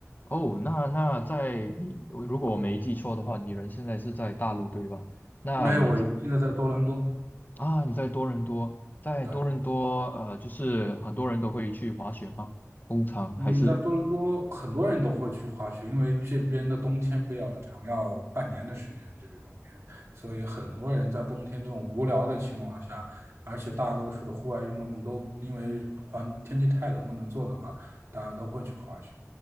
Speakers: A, on the left; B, on the right.
A: 哦，那那在你如果我没记错的话，你人现在是在大陆对吧？那你在
B: 没有，我现在在多伦多。
A: 啊，你在多伦多，在多伦多呃，
B: 对，
A: 就是很多人都会去滑雪吗？通常还是。
B: 嗯，在多伦多很多人都会去滑雪，因为这边的冬天比较长，要半年的时间，这边冬天，所以很多人在冬天这种无聊的情况下，而且大多数的户外运动都因为环天气太冷不能做的话，大家都会去滑雪。